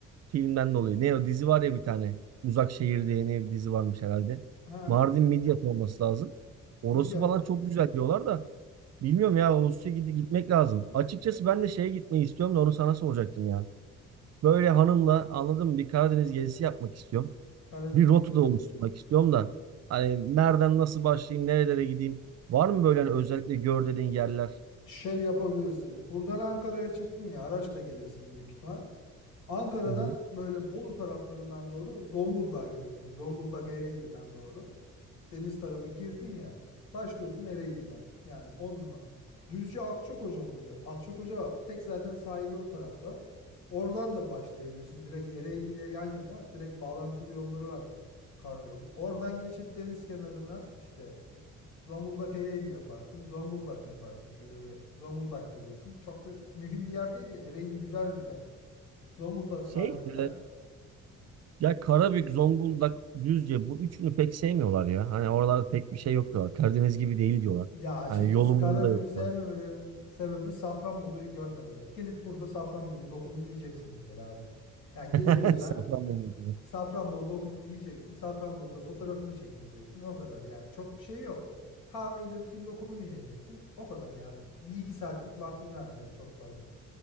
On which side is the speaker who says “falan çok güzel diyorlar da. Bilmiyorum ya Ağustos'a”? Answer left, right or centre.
Right